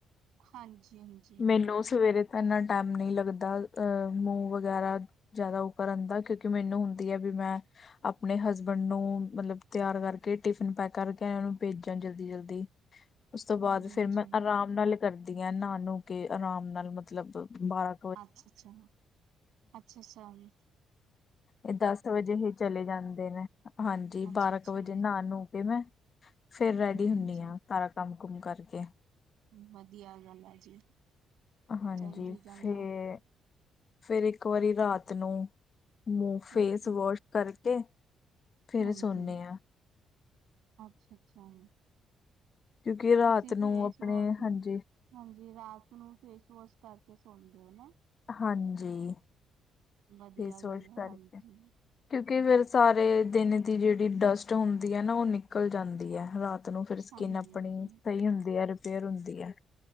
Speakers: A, on the right (about 85°); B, on the left (about 45°).
A: ਹਾਂਜੀ।
B: ਮੈਨੂੰ ਸਵੇਰੇ ਤਾਂ ਇੰਨਾ ਟਾਈਮ ਨਹੀਂ ਲੱਗਦਾ, ਅਹ ਮੂੰਹ ਵਗੈਰਾ। ਜ਼ਿਆਦਾ ਉਹ ਕਰਨ ਦਾ, ਕਿਉਂਕਿ ਮੈਨੂੰ ਹੁੰਦੀ ਹੈ ਵੀ ਮੈਂ- ਆਪਣੇ ਹਸਬੈਂਡ ਨੂੰ, ਮਤਲਬ ਤਿਆਰ ਕਰਕੇ ਟਿਫਿਨ ਪੈਕ ਕਰਕੇ ਐ ਨੂੰ, ਭੇਜਿਆ ਜਲਦੀ-ਜਲਦੀ। <inaudible> ਓਸ ਤੋਂ ਬਾਅਦ
A: ਹਾਂਜੀ
B: ਫਿਰ
A: ਹਾਂਜੀ
B: ਮੈਂ ਆਰਾਮ ਨਾਲ ਕਰਦੀ ਐ ਨਹਾ ਨੂੰ ਕੇ ਆਰਾਮ ਨਾਲ ਮਤਲੱਬ, ਬਾਰਾ
A: ਅੱਛਾ-ਅੱਛਾ, ਅੱਛਾ-ਅੱਛਾ।
B: ਇਹ ਦਸ ਵਜੇ ਈ ਚਲੇ ਜਾਂਦੇ ਨੇ, ਹਾਂਜੀ
A: ਅੱਛਾ
B: ਬਾਰਾਂ
A: ਅੱਛਾ
B: ਕੁ ਵਜੇ
A: ਹਾਂਜੀ
B: ਨਹਾ ਨੂ ਕੇ ਮੈਂ ਫਿਰ ਰੈਡੀ ਹੁੰਦੀ
A: ਹਾਂਜੀ
B: ਆ ਸਾਰਾ ਕੰਮ-ਕੁਮ ਕਰਕੇ
A: ਵਧੀਆ ਗੱਲ ਆ ਜੀ।
B: ਹਾਂਜੀ,
A: ਚੰਗੀ ਗੱਲ
B: ਫੇਰ।
A: ਆ
B: ਫੇਰ ਇੱਕ ਵਾਰੀ ਰਾਤ ਨੂੰ,
A: ਹਾਂਜੀ
B: ਫੇਸ ਵਾਸ਼ ਕਰਕੇ। ਫੇਰ
A: ਹਾਂਜੀ,
B: ਸੋਨੇ ਆ
A: ਅੱਛਾ- ਅੱਛਾ।
B: ਕਿਉਂਕਿ ਰਾਤ
A: ਤੁਸੀਂ
B: ਨੂੰ
A: ਫੇਸ
B: ਆਪਣੇ
A: ਵਾਸ਼
B: ਹਾਂਜੀ
A: ਹਾਂਜੀ, ਰਾਤ ਨੂੰ ਫੇਸ ਵਾਸ਼ ਕਰਕੇ ਸੌਦੇ ਹੋ ਨਾ।
B: ਹਾਂਜੀ,
A: ਵਧੀਆ
B: ਫੇਸ
A: ਗੱਲ
B: ਵਾਸ਼
A: ਹੈ
B: ਕਰਕੇ।
A: ਹਾਂਜੀ
B: ਕਿਉਂਕਿ ਫੇਰ ਸਾਰੇ ਦਿਨ ਦੀ, ਜਿਹੜੀ ਡਸਟ ਹੁੰਦੀ ਹੈ ਨਾ। ਉਹ ਨਿਕਲ ਜਾਂਦੀ ਹੈ ਰਾਤ ਨੂੰ। ਉਹ ਫੇਰ ਸਕਿੰਨ
A: ਹਾਂਜੀ
B: ਆਪਣੀ,
A: ਹਾਂਜੀ
B: ਸਹੀ ਹੁੰਦੀ ਹੈ ਰਿਪੇਅਰ ਹੁੰਦੀ ਹੈ।